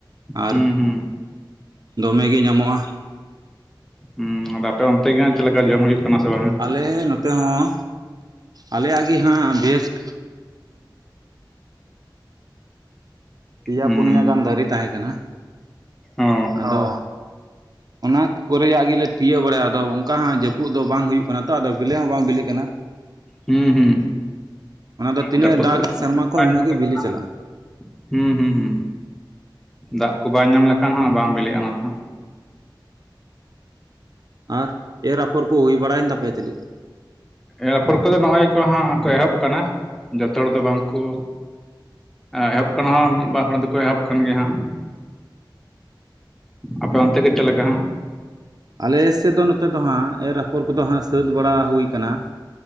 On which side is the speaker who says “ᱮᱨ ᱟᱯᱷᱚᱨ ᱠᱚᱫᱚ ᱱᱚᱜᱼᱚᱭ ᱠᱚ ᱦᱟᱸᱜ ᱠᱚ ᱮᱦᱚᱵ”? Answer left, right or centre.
Centre